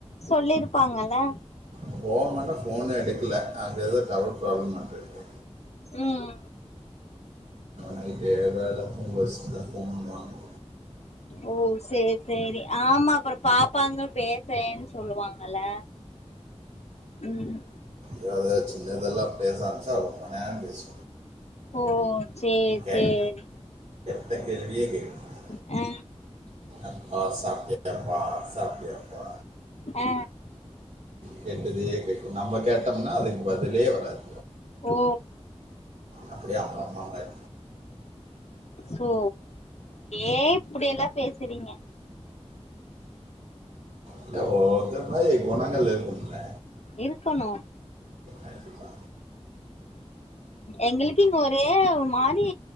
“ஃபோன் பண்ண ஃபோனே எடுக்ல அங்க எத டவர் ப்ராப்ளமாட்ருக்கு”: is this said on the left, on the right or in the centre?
Right